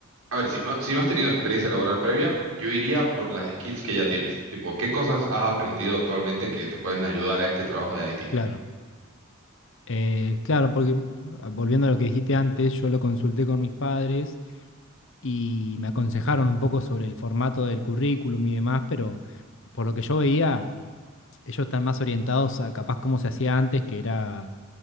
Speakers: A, on the right (about 85°); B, on the left (about 60°).
A: a ver, si no, si no has tenido experiencia laboral previa, yo iría por las skills que ya tienes, tipo, ¿qué cosas has aprendido actualmente que te pueden ayudar a este trabajo de IT?
B: Claro. Eh, claro, porque ah, volviendo a lo que dijiste antes, yo lo consulté con mis padres. y me aconsejaron un poco sobre el formato del currículum y demás, pero por lo que yo veía, ellos están más orientados a capaz como se hacía antes, que era